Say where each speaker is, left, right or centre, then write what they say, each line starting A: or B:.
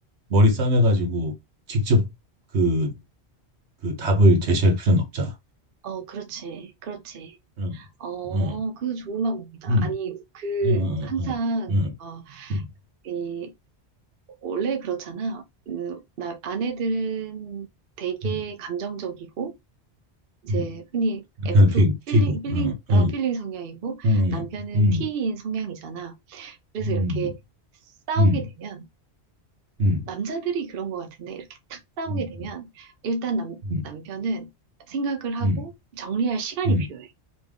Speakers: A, on the right; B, on the right.
A: 머리 싸매가지고 직접 그 그 답을 제시할 필요는 없잖아
B: 어, 그렇지. 그렇지.
A: 응,
B: 어,
A: 응,
B: 그 좋은 방법이다.
A: 응,
B: 아니, 그,
A: 응, 응,
B: 항상,
A: 응, 응,
B: 어,
A: 응,
B: 이, 원래 그렇잖아. 음, 나, 아내들은 되게
A: 응,
B: 감정적이고, 이제
A: 응.
B: 흔히
A: 남편
B: F,
A: 피
B: 필링,
A: 튀고
B: 필링,
A: 응,
B: 어,
A: 응,
B: 필링 성향이고,
A: 응,
B: 남편은
A: 응, 응,
B: T인 성향이잖아. 그래서
A: 응,
B: 이렇게 싸우게
A: 응.
B: 되면,
A: 응.
B: 남자들이 그런 것 같은데 이렇게 탁 싸우게
A: 음,
B: 되면
A: 음,
B: 일단 남,
A: 음,
B: 남편은 생각을 하고
A: 음.
B: 정리할 시간이
A: 음.
B: 필요해.